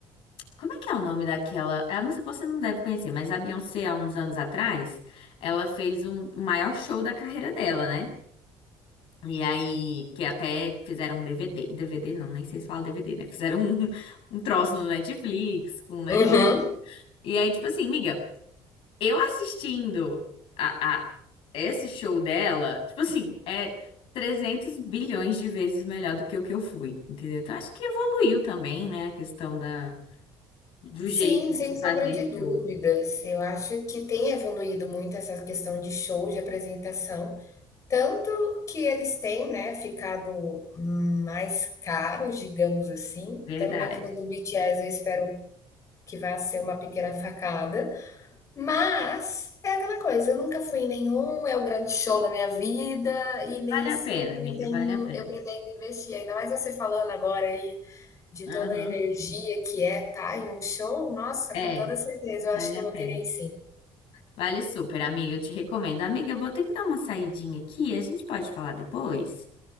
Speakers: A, on the left (about 70°); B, on the left (about 35°).
A: Como é que é o nome daquela? Eu não sei, você não deve conhecer, mas a Beyoncé, há uns anos atrás, ela fez um o maior show da carreira dela, né? E aí, que até fizeram um DVD, DVD não, nem sei se fala DVD, né? Fizeram um, <laughs> um troço no Netflix com um negócio.
B: Uhum.
A: E aí, tipo assim, miga, eu assistindo a, a esse show dela, tipo assim, é 300 bilhões de vezes melhor do que o que eu fui, entendeu? Então, acho que evoluiu também, né? A questão da, do
B: Sim,
A: jeito de
B: sem
A: se fazer
B: sombra de dúvidas.
A: show.
B: Eu acho que tem evoluído muito essa questão de show, de apresentação, tanto que eles têm, né, ficado mais caros, digamos assim.
A: Verdade.
B: Pelo menos no do BTS, eu espero que vá ser uma pequena facada, mas é aquela coisa, eu nunca fui em nenhum, é o grande show da minha vida, e nesse
A: Vale a pena,
B: eu pretendo,
A: amiga, vale a pena.
B: eu pretendo investir. Ainda mais você falando agora aí de
A: Aham.
B: toda a energia que é tá em um show, nossa,
A: É,
B: com toda certeza eu
A: vale
B: acho que
A: a
B: eu vou
A: pena.
B: querer ir sim.
A: Vale super, amiga. Eu te recomendo. Amiga, eu vou ter que dar uma saidinha aqui. A gente pode falar depois?